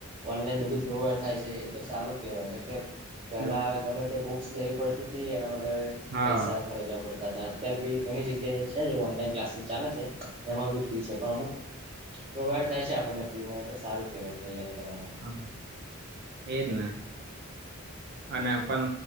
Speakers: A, on the right; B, on the right.
A: ઓનલાઈન બધું પ્રોવાઈડ થાય છે એ તો સારું કહેવાય કે કારણ કે
B: એમ
A: પેલા ગમે તે બહુ લેવી પડતી હતી એના માટે
B: હા
A: પૈસા ખર્ચવા પડતા તા અત્યારે બી ઘણી જગ્યાએ છે જે ઓનલાઈન ક્લાસીસ ચાલે છે એમાં બી ફ છે પણ અમુક પ્રોવાઈડ થાય છે આપણને ફ્રી માં એટલે સારું કેહેવાય તૈયારી કરવા માટે
B: હા એજને અને પણ